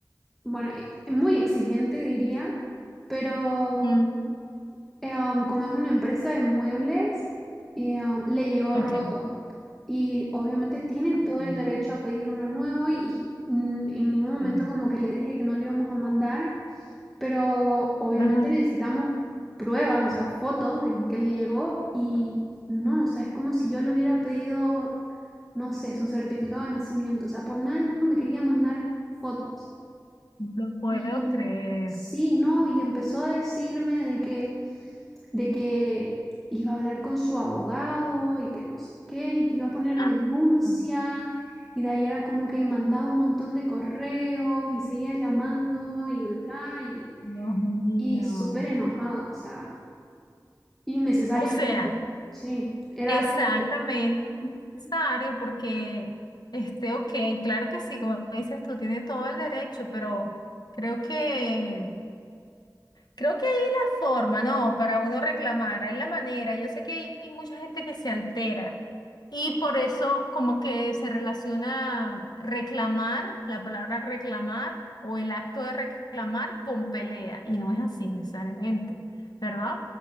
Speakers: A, in the centre; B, on the left.
A: bueno, e- e, muy exigente diría, pero
B: Mm,
A: eh, um, como es una empresa de muebles, eh, um, le llegó
B: ok.
A: roto y obviamente tiene
B: Ok,
A: todo el derecho a pedir uno nuevo y mm, en ningún momento
B: sí.
A: como que le dije que no le íbamos a mandar. Pero obviamente
B: Ajá.
A: necesitamos pruebas, o sea, fotos de que le llegó y no, o sea, es como si yo le hubiera pedido, no sé, su certificado de nacimiento, o sea, por nada del mundo me quería mandar fotos.
B: Lo puedo
A: Y
B: creer.
A: sí, no, y empezó a decirme de que, de que iba a hablar con su abogado y que no sé qué, y que iba a poner
B: ¡Ah!
A: denuncia.
B: Oh,
A: Y de ahí era como que mandaba un montón de correos y seguía llamando y bla, bla, y
B: Dios mío.
A: y súper enojada, o sea, innecesariamente.
B: O sea,
A: Sí, era
B: exactamente
A: algo que...
B: necesario porque, este, ok, claro que sí, como dices tú, tiene todo el derecho, pero creo que Creo que hay la forma, ¿no? Para uno reclamar, hay la manera. Yo sé que hay hay mucha gente que se altera y por eso como que se relaciona reclamar, la palabra reclamar o el acto de reclamar con pelea y no es así necesariamente, ¿verdad?